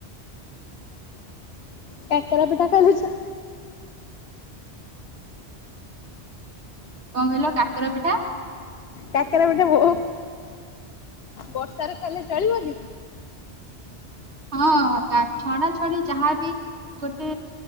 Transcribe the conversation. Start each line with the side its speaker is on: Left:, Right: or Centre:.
Left: କାକେରା ପିଠା ଖାଲିଛ
Right: କଣ କହିଲ କାକର ପିଠା
Left: କାକରା ପିଠା ବହୁ ବର୍ଷାରେ ଖାଇଲେ ଚଳିବନି
Right: ହଁ କା ଛଣା ଛଣି ଯାହାବି ଗୋଟେ